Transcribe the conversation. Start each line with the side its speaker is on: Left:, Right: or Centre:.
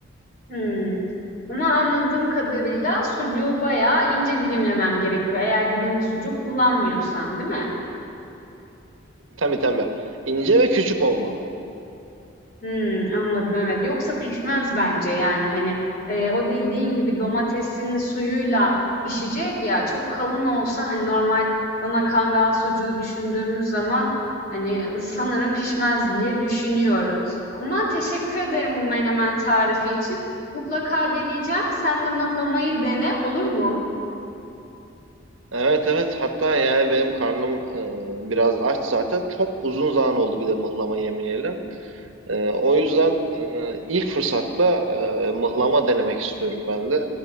Left: Hımm. Ama anladığım kadarıyla sucuğu bayağı ince dilimlemem gerekiyor eğer dilimli sucuk kullanmıyorsam, değil mi?
Right: Tabii tabii. İnce ve küçük olmalı.
Left: Hımm, anladım, evet. Yoksa pişmez bence, yani, hani, eee, o dediğin gibi domatesin suyuyla pişecek ya, çok kalın olsa, hani, normal dana kangal sucuğu düşündüğümüz zaman, hani, sanırım pişmez diye düşünüyorum. Ama teşekkür ederim bu menemen tarifi için. Mutlaka deneyeceğim. Sen de mıhlamayı dene, olur mu?
Right: Evet evet hatta yani benim karnım e, biraz aç zaten. Çok uzun zaman oldu bir de mıhlama yemeyelim. Ee, o yüzden e, ilk fırsatta e, mıhlama denemek istiyorum ben de.